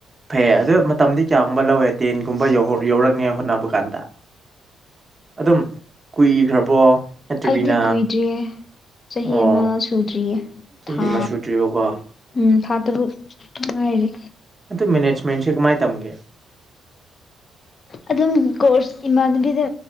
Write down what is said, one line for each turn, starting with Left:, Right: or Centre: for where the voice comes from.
Right: ꯐꯩꯌꯦ ꯑꯗꯨ ꯃꯇꯝꯗꯤ ꯀꯌꯥꯒꯨꯝꯕ ꯂꯧꯋꯦ ꯇꯦꯟꯒꯨꯝꯕ ꯌꯧꯔꯛꯅꯤ ꯍꯣꯠꯅꯕ ꯀꯥꯟꯗ ꯑꯗꯨꯝ ꯀꯨꯏꯈ꯭ꯔꯕꯣ ꯅꯠꯇ꯭ꯔꯤꯕꯤꯅ
Left: ꯑꯩꯗꯤ ꯀꯨꯏꯗ꯭ꯔꯤꯦ ꯆꯍꯤ
Right: ꯑꯣ
Left: ꯑꯃ ꯁꯨꯗ꯭ꯔꯤꯌꯦ
Right: ꯆꯍꯤ
Left: ꯊꯥ
Right: ꯑꯃ ꯁꯨꯗ꯭ꯔꯤꯕꯀꯣ
Left: ꯎꯝ ꯊꯥ ꯇꯔꯨꯛ ꯉꯅꯨꯡꯉꯥꯏꯔꯤ
Right: ꯑꯗꯨ ꯃꯦꯅꯦꯖꯃꯦꯟꯁꯤ ꯀꯃꯥꯏ ꯇꯝꯒꯦ
Left: ꯑꯗꯨꯝ ꯀꯣꯔꯁ ꯏꯃꯥꯟꯅꯕꯤꯗ